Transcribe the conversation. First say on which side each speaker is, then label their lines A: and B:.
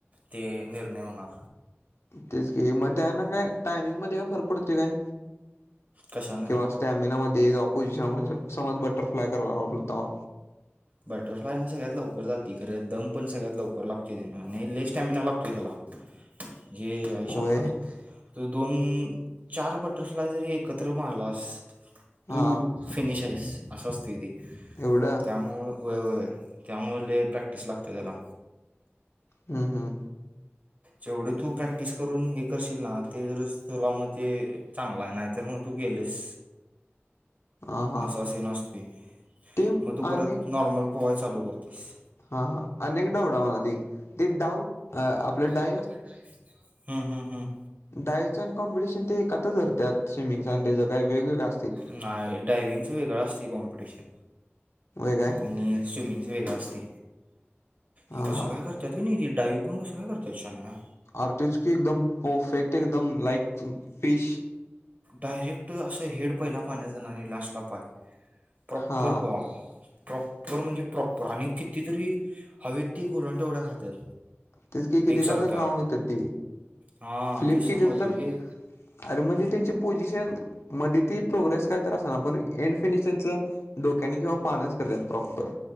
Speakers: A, on the right; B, on the left.
A: ते निर्णय होणार.
B: तेच कि मग त्यान काय टायमिंग मध्ये काय फरक पडते काय
A: कशानं
B: किंवा अस स्टॅमिनामध्ये ऑपोजिशन म्हणजे समज बटरफ्लाय करायला लागलो आपण तवा.
A: बटरफ्लाय ना सगळ्यात लवकर जाते खरं दम पण लवकर लागतो त्याला नाही लई स्टॅमिना लागते त्याला जे आईशप्पथ
B: व्हय
A: तू दोन, चार बटरफ्लाय जरी एकत्र मारलास
B: हा
A: तू फिनिश आहे असं असतय ते.
B: एवढं?
A: त्यामुळे होय, होय त्यामुळे लय प्रॅक्टिस लागते त्याला.
B: हम्म, हम्म
A: जेवढं तू प्रॅक्टिस करून हे करशील ना ते जर तुला मध्ये चांगला नाही त्यामुळं तू गेलेस.
B: हा हा
A: असा सीन असतोय,
B: ते
A: मग तू परत
B: अनेक
A: नॉर्मल पोवाय चालू कर तीस.
B: हा, हा अनेक डाऊट आहे मला ती, ती डाऊट आपल्या डा
A: आपल्या डायरित लिहुन, हम्म, हम्म, हम्म.
B: डायचं कॉम्पिटिशन ते ऐकातच धरत्या स्विमिंगचचा आणि त्यांचा काय वेगवेगळा
A: नाहीय डायविंगच वेगळं असते कॉम्पिटिशन
B: व्हय काय
A: आणि स्विमिंगच वेगळं असते,
B: हा
A: हे कसं
B: हा
A: काय कर त्यातुन निघिल डाईव कोण बसवेल घरच्या शहाण्या
B: अरे तेचकी एकदम परफेक्ट एकदम लाइक फिश
A: डायरेक्ट अस हेड पहिला पाण्याचा आणि लास्टला पाय प्रॉपर
B: हा
A: भावा प्रॉपर म्हणजे प्रॉपर आणि किती तरी हवेेत ती गोलंदवड्या खात्यात
B: तेच क किती
A: एकसारख्या
B: राऊंड होत
A: हां
B: फ्लिप
A: तेच
B: किती
A: सांगावली
B: तर
A: रे
B: अरे म्हणजे त्यांची पोझिशन मध्ये ती प्रोग्रेस काही तर असना पण एंडफिनिश च डोक्याने किंवा पानच करतात प्रॉपर